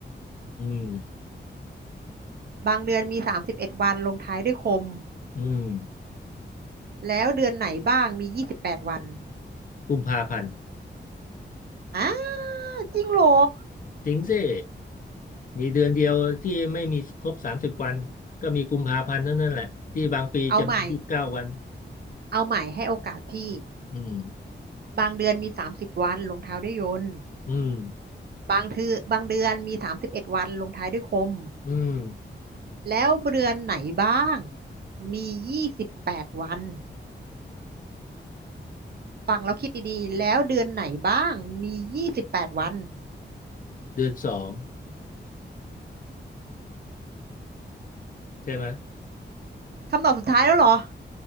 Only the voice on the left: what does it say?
อืม
อืม
กุมภาพันธ์
จริงสิมีเดือนเดียวที่ไม่มีครบสามสิบวันก็มีกุมภาพันธ์เท่านั้นแหละที่บางปีจะมียี่สิบเก้าวัน
อืม
อืม
อืม
เดือนสองใช่ไหม